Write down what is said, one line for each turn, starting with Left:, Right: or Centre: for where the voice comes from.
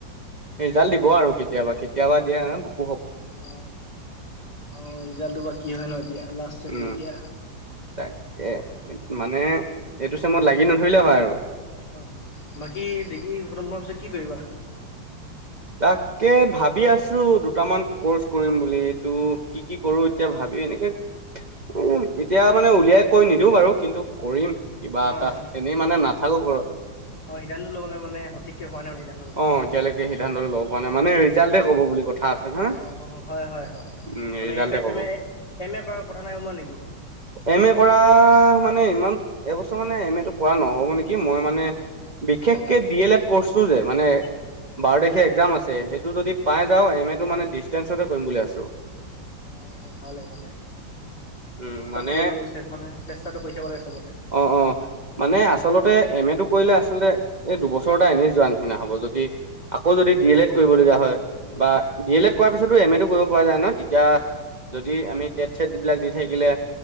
Right: ৰিজাল্ট দিব আৰু কেতিয়াবা। কেতিয়াবা দিয়া ন
Left: অ অ ৰিজাল্টটো বা কি হয় ন এতিয়া লাষ্ট চেম
Right: উম
Left: যেতিয়া।
Right: তাকে মানে এইটো চেমত লাগি নধৰিলে হয় আৰু।
Left: অ বাকী ডিগ্ৰী খটম হোৱাৰ পিছত কি কৰিবা?
Right: তাকে ভাবি আছো দুটামান কৰ্চ কৰিম বুলি টো কি কি কৰো এতিয়া ভাবি এনেকে উ এতিয়া মানে উলিয়াই কৈ নিদিওঁ বাৰু কিন্তু কৰিম। কিবা
Left: অঁ
Right: এটা এনেই মানে নাথাকো ঘৰত।
Left: অঁ সিদ্ধান্ত ল'বলৈলে মানে সঠিককৈ হোৱা নাই মানে সিদ্ধান্ত ল'টো
Right: অ এতিয়ালৈকে ল'ব নাই মানে ৰিজাল্টে ক'ব বুলি কথা আছে নহয়
Left: অঁ হয় হয় হয়
Right: <unintelligible>
Left: মানে
Right: ৰিজাল্টে
Left: এম এ
Right: ক'ব
Left: চেম এ, এম এ কৰাৰ কথা নাই ভবা নেকি <unintelligible>
Right: এম এ কৰা মানে ইমান এবছৰ মানে এম এ টো কৰা নহ'ব নেকি মই মানে বিশেষকে
Left: অঁ
Right: ডি এল এড কছ, যে মানে বাৰ তাৰিখে
Left: অঁ
Right: এক্সাম আছে। টো যদি পাই যাও এম এ টো মানে ডিচষ্টেন্ঞ্চতে কৰিম বুলি আছো।
Left: অ ভালে ভালে।
Right: উম
Left: তব
Right: মানে
Left: কৰিব মানে চেষ্টাটো কৰি চাব লাগে চবতে।
Right: অ অ মানে আচলতে এম এটো কৰিলে আচলতে এই দুবছৰ এটা এনেই যোৱা নিচিনা হ'ব। যদি আকৌ যদি ডি এল এড কৰিবলগীয়া হয় বা ডি এল এড কৰাৰ পিছতো এম এটো কৰিব পৰা যায় ন তেতিয়া। যদি আমি টেট চছেট বিলাক দি থাকিলে,